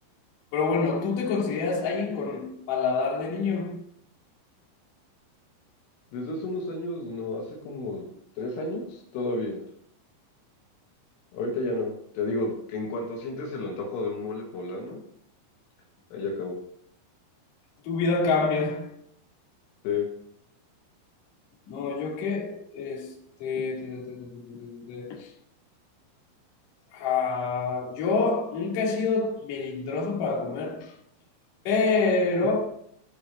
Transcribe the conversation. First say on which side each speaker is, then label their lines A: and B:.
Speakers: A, on the left; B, on the left.
A: Pero bueno, ¿tú te consideras alguien con paladar de niño?
B: Desde hace unos años, no, hace como tres años, todavía. Ahorita ya no. Te digo que en cuanto sientes el antojo de un mole poblano, ahí acabó.
A: Tu vida cambia.
B: Sí.
A: No, yo qué, este, te- te- te- te- te- te- te- Ah, yo nunca he sido melindroso para comer, pero